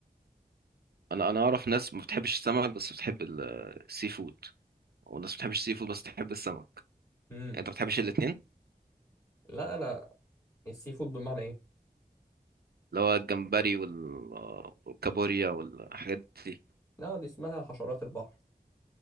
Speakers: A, on the right (about 80°); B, on the left (about 20°).
A: انا انا اعرف ناس ما بتحبش السمك بس بتحب ال- السي فود وناس ما بتحبش السي فود بس بتحب السمك
B: امم
A: يعني انت ما بتحبش الاتنين
B: لا انا السي فود بمعنى ايه
A: اللي هو الجمبري وال- والكابوريا والحاجات دي
B: لا دي اسمها حشرات البحر